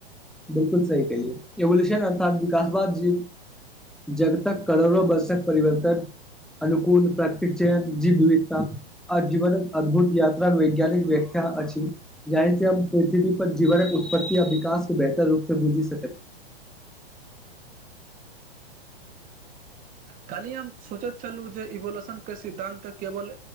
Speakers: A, in the centre; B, on the right.
A: बिलकुल सही कहलियै इवोल्यूशन अर्थात विकासवाद जी जगतक करोड़ो बर्षक परिवर्तन अनुकूल प्राकृतिक चयन जीव विविधता आ जीवनक अद्भुत यात्रा वैज्ञानिक व्याख्या अछि जाहि सँ हम पृथ्वी पर जीवनक उत्पत्ति आ विकास बेहतर रूप सँ बुझी सकत <inaudible>
B: काल्हि हम सोचैत छलु जे इवोलोशन के सिद्धांत केवल